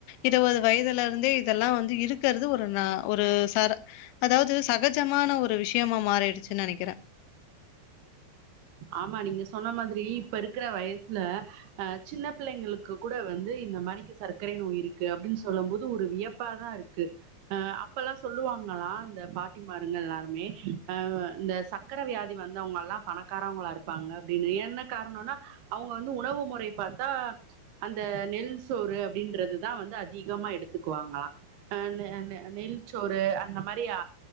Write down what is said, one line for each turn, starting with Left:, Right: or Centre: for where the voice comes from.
Left: இருவது வயதுல இருந்தே இதெல்லா வந்து இருக்கறது ஒரு நா ஒரு சர அதாவது சகஜமான ஒரு விஷயமா மாறிடுச்சுன்னு நெனைக்கிறே
Right: ஆமா நீங்க சொன்ன மாதிரி இப்ப இருக்குற வயசுல அ சின்ன பிள்ளைங்களுக்கு கூட வந்து இந்த மாரிக்கு சர்க்கரை நோய் இருக்கு அப்டின்னு சொல்லும் போது ஒரு வியப் ப்பாதா இருக்கு அ அப்பல்லா சொல்லுவாங்களா இந்த பாட்டி மாருங்கள் எல்லாருமே அ இந்த சக் சக்கர வியாதி வந்தவங்கல்லா பணக் காரவங்களா இருப்பாங்க அப்டின்னு என்ன காரணோனா அவங்க வந்து உணவு முறை பாத்தா அந்த நெல் சோறு அப்டின்றதுதா வந்து அதிகமா எடுத்துக்குவாங்களா ஆ நெ நெ நெல்ச்சோறு அந்த மாரி அ